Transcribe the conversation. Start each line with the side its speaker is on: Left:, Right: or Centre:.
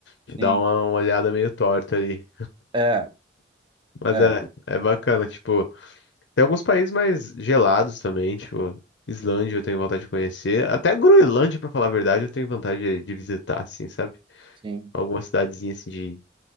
Left: te
Right: Sim.
Left: dá uma uma olhada meio torta ali.
Right: É,
Left: Mas
Right: é,
Left: é, é bacana, tipo... Tem alguns países mais gelados também, tipo, Islândia eu tenho vontade de conhecer. Até Groenlândia, pra falar a verdade, eu tenho vontade de, de visitar, assim, sabe?
Right: sim.
Left: Alguma cidadezinha assim de,